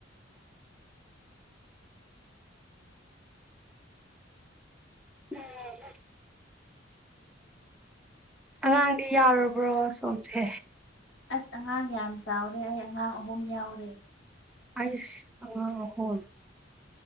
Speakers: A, in the centre; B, on the left.
A: ꯎꯝ ꯑꯉꯥꯡꯗꯤ ꯌꯥꯎꯔꯕ꯭ꯔꯣ ꯁꯣꯝꯁꯦ
B: ꯑꯁ ꯑꯉꯥꯡ ꯌꯥꯝ ꯆꯥꯎꯔꯦ ꯑꯩ ꯑꯉꯥꯡ ꯑꯍꯨꯝ ꯌꯥꯎꯔꯦ
A: ꯑꯆꯁ ꯑꯉꯥꯡ ꯑꯍꯨꯝ